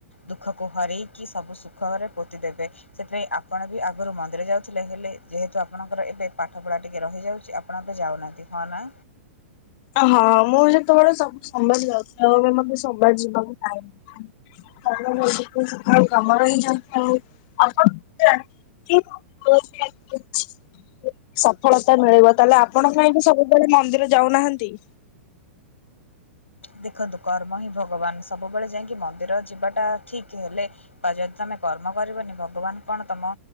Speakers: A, on the left; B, on the left.
A: ଦୁଃଖ କୁ ହରେଇକି ସବୁ ସୁଖରେ ପୋତି ଦେବେ ସେଥିପାଇଁ ଆପଣ ବି ଆଗରୁ ମନ୍ଦିର ଯାଉ ଥିଲେ ହେଲେ ଯେହେତୁ ଆପଣଙ୍କର ଏବେ ପାଠପଢ଼ା ଟିକିଏ ରହିଯାଉଛି ଆପଣ ଏବେ ଯାଉନାହାନ୍ତି ହଁ ନା
B: ହଁ ମୁଁ ଯେତେବେଳେ ସବୁ ସୋମବାର ଯାଉଥିଲି ଆଉ ମତେ ସୋମବାର ଯିବାକୁ ଟାଇମ଼ <unintelligible> ତା ବ କାମର ହି ଯ ଆପଣ <unintelligible> <unintelligible> ସଫଳତା ମିଳିବ ତାହେଲେ ଆପଣ କାହିଁକି ସବୁବେଳେ ମନ୍ଦିର ଯାଉନାହାନ୍ତି?
A: ଦେଖନ୍ତୁ କର୍ମ ହିଁ ଭଗବାନ ସବୁବେଳେ ଯାଇକି ମନ୍ଦିର ଯିବାଟା ଠିକ ହେଲେ ବା ଯଦି ତମେ କର୍ମ କରିବନି ଭଗବାନ କଣ ତମ